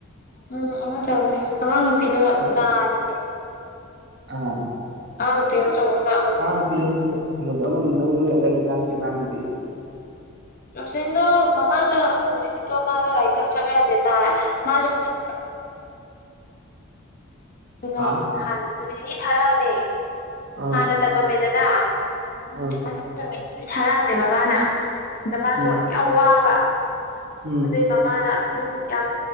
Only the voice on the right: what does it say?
ꯍꯥꯏꯗꯤ
ꯑꯥ
ꯑꯉꯥꯡ ꯅꯨꯄꯤ ꯍꯥꯏꯁꯦ ꯑꯅꯣꯗꯣ ꯑꯃ ꯅꯪ ꯅꯣꯏ ꯑꯗꯥꯏ ꯃꯅꯥꯛꯀꯤ ꯑꯉꯥꯡꯗꯨꯗꯤ
ꯍꯥ
ꯑꯥ
ꯑꯥ
ꯎꯝ
ꯎꯝ